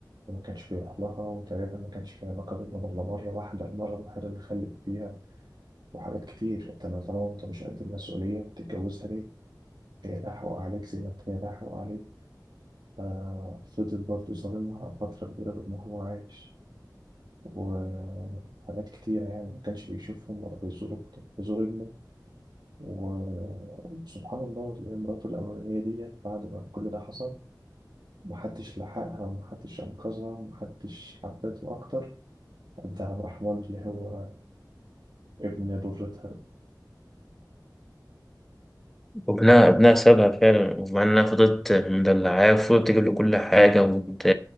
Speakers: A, on the right; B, in the centre.
A: وما كانش بيروح لها وتقريبا ما كانش في علاقه بينهم غير مره واحده المره الوحيده اللي خلف فيها وحاجات كتير انت لو طالما انت مش قد المسؤوليه بتتجوزها ليه؟ هي لا حقوق عليك زي ما هي لا حقوق عليك ففضل برضه ظالمها فتره كبيره طول ما هو عايش. وحاجات كتير يعني ما كانش بيشوفهم ولا بيزور بيزور ابنه و- وسبحان الله اللي هي مراته الأولانية ديت بعد ما كل ده حصل محدش لحقها ومحدش أنقذها ومحدش حبته أكتر قد عبد الرحمن اللي هو ابن ضرتها ده.
B: وابنها ابنها سابها فعلا ومع انها فضلت مدلعاه وفضلت تجيب له كل حاجة وت...